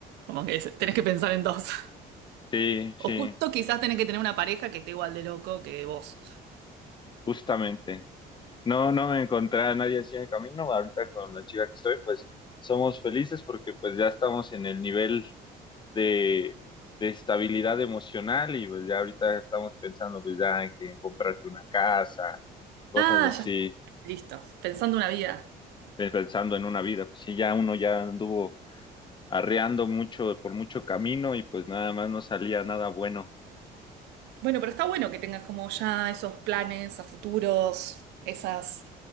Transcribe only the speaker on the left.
Sí, sí,
justamente. No, no encontré a nadie así en el camino. Ahorita con la chica que estoy, pues somos felices porque pues ya estamos en el nivel de, de estabilidad emocional y pues ya ahorita estamos pensando pues ya en que en comprarte una casa, cosas
así,
eh, pensando en una vida. Pues sí, ya uno ya anduvo arreando mucho por mucho camino y pues nada más no salía nada bueno.